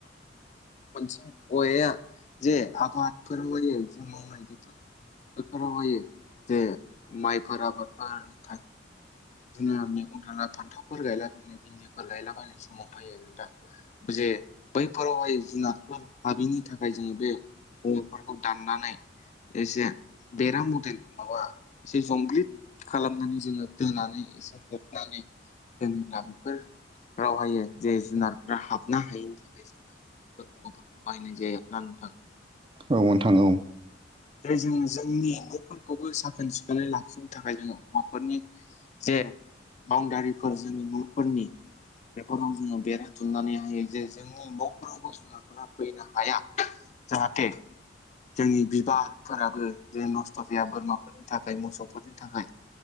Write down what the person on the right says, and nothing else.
औ नोंथां औ